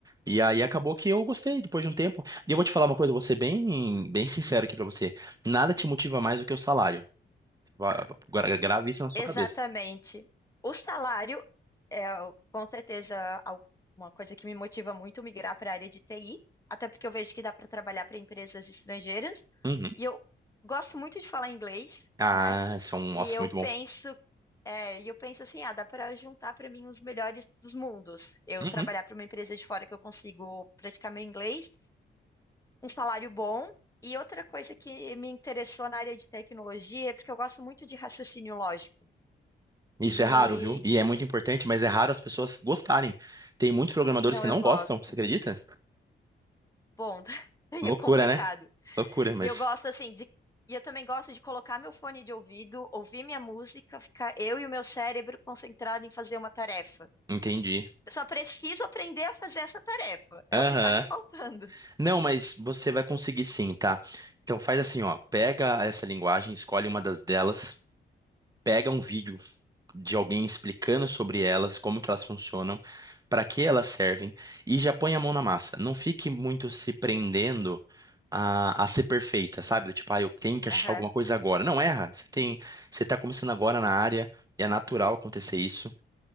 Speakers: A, on the right; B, on the left.
A: E aí acabou que eu gostei depois de um tempo. E eu vou te falar uma coisa, vou ser bem, bem sincero aqui pra você. Nada te motiva mais do que o salário. Vá- gra- Grave isso na sua
B: exatamente.
A: cabeça.
B: O salário é, o- com certeza, al- uma coisa que me motiva muito migrar para a área de TI, até porque eu vejo que dá para trabalhar para empresas estrangeiras.
A: Uhum.
B: E eu gosto muito de falar inglês,
A: Ah,
B: né?
A: isso é um,
B: E
A: nossa,
B: eu
A: muito
B: penso,
A: bom.
B: é, e eu penso assim, ah, dá para juntar para mim os melhores dos mundos. Eu
A: Uhum.
B: trabalhar para uma empresa de fora que eu consigo praticar meu inglês, um salário bom. E outra coisa que me interessou na área de tecnologia é porque eu gosto muito de raciocínio lógico.
A: Isso
B: E
A: é raro, viu? E é muito importante, mas é raro as pessoas gostarem. Tem muitos programadores
B: não,
A: que
B: eu
A: não
B: gosto.
A: gostam, você acredita?
B: Bom, <laughs> daí
A: Loucura,
B: é complicado.
A: né? Loucura, mas
B: E eu gosto assim de. E eu também gosto de colocar meu fone de ouvido, ouvir minha música, ficar eu e o meu cérebro concentrado em fazer uma tarefa.
A: entendi.
B: Eu só preciso aprender a fazer essa tarefa. É
A: Aham.
B: o que tá me faltando.
A: Não, mas você vai conseguir sim, tá? Então faz assim, ó, pega essa linguagem, escolhe uma das delas, pega um vídeo f- de alguém explicando sobre elas, como que elas funcionam, para que elas servem e já põe a mão na massa. Não fique muito se prendendo a, a ser perfeita, sabe? Do Tipo, ah, eu tenho que achar
B: Aham.
A: alguma coisa agora. Não erra. Você tem, você tá começando agora na área, é natural acontecer isso